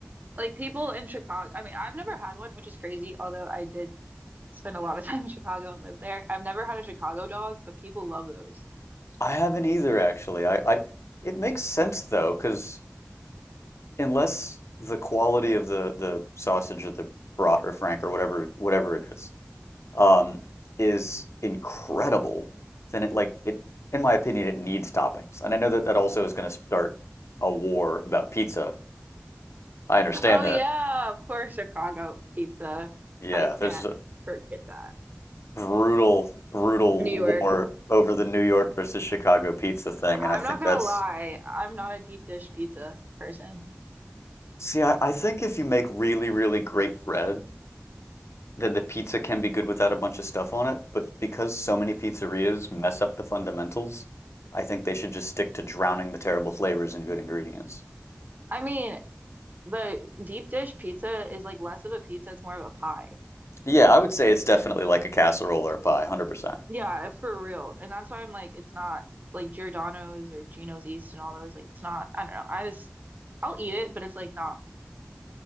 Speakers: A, on the right; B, on the left.
A: Like people in Chicago, I mean, I've never had one, which is crazy, although I did spend a lot of <laughs> time in Chicago and lived there. I've never had a Chicago dog, but people love those.
B: I haven't either actually. I, I it makes sense though, because unless the quality of the the sausage or the brat or frank or whatever whatever it is um, is incredible, then it like it, in my opinion, it needs toppings. And I know that that also is going to start a war about pizza. I understand
A: Oh yeah,
B: that.
A: of course, Chicago pizza.
B: Yeah,
A: I can't
B: there's a
A: forget that.
B: brutal, brutal
A: New York.
B: war over the New York versus Chicago pizza thing,
A: I'm
B: and I think
A: not gonna
B: that's.
A: lie, I'm not a deep dish pizza person.
B: See, I, I think if you make really, really great bread, then the pizza can be good without a bunch of stuff on it. But because so many pizzerias mess up the fundamentals, I think they should just stick to drowning the terrible flavors in good ingredients.
A: I mean, the deep dish pizza is like less of a pizza, it's more of a pie.
B: Yeah, I would say it's definitely like a casserole or a pie, 100%.
A: Yeah, for real. And that's why I'm like, it's not like Giordano's or Gino's East and all those. Like, it's not, I don't know. I just, I'll eat it, but it's like not